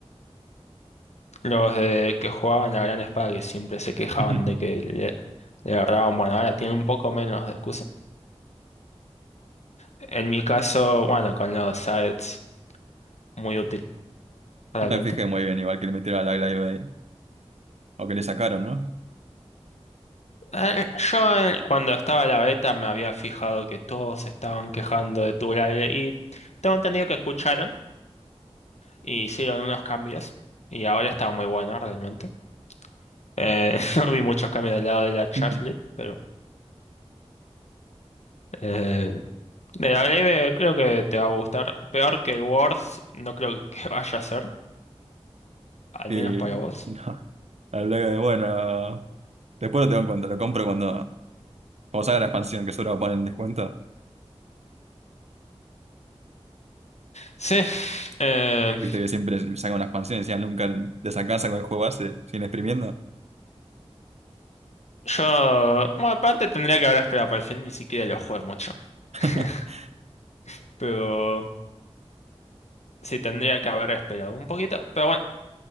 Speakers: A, on the left (about 85°); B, on the right (about 75°).
A: Los de que jugaban la gran espada que siempre se quejaban
B: <laughs>
A: de que le, le agarraban, bueno, ahora tienen un poco menos de excusa. En mi caso, bueno, con los sites, muy útil, realmente.
B: No me fijé muy bien, igual que le metieron a la Glaive ahí. O que le sacaron, ¿no?
A: Eh, Yo eh, cuando estaba la beta me había fijado que todos estaban quejando de Turale y tengo entendido que escucharon y hicieron unos cambios y ahora está muy bueno realmente. Eh, <laughs> no vi muchos cambios del lado de la Charlotte,
B: <laughs>
A: pero... eh, De la Blade creo que te va a gustar. Peor que el Words, no creo que <laughs> vaya a ser, al
B: Y
A: menos para vos.
B: no, la Glaive, bueno, después lo tengo en cuenta, lo compro cuando, cuando salga la expansión, que solo lo ponen en descuento.
A: Sí, eh,
B: Viste que siempre me sacan una expansión y decían nunca desacansa con el juego base, siguen exprimiendo.
A: yo, bueno, aparte tendría que haber esperado para el final, ni siquiera lo jugué mucho.
B: <laughs>
A: <laughs> Pero sí, tendría que haber esperado un poquito. Pero bueno,